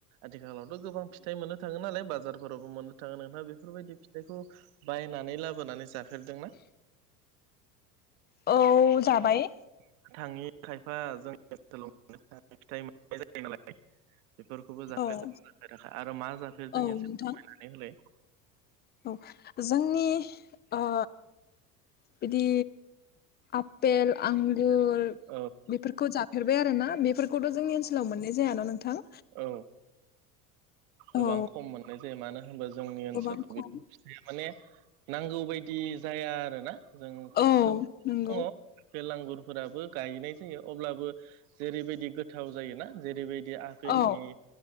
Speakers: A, on the right (about 55°); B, on the left (about 20°).
A: आथिखालावथ' गोबां फिथाइ मोननो थाङो नालाय बाजारफोरावबो मोननो थाङो नोंथां बेफोरबायदि फिथाइखौ बायनानै लाबोनानै जाफेरदों ना
B: औ जाबाय
A: <unintelligible> बेफोरखौबो जाफेर
B: औ
A: जाफेराखै आरो मा जाफेरदों
B: औ
A: एसे
B: नोंथां
A: फोरमायनानै होलाय
B: औ जोंनि ओ बिदि आपेल आंगुर
A: औ।
B: बेफोरखौ जाफेरबाय आरोोना बेफोरखौथ' जोंनि ओनसोलाव मोननाय जायाना नोंथां।
A: औ गोबां
B: औ
A: खम मोननाय जायो मानो होनबा जोंनि ओनसोलनि
B: गोबां खम
A: माने नांगौ बायदि जाया आरोना जों
B: औ
A: गोबां
B: नंगौ
A: बे लांगुरफोराबो गायनाय जायो अब्लाबो जेरैबायदि गोथाव जायोना जेरैबादि फिल्दमि
B: औ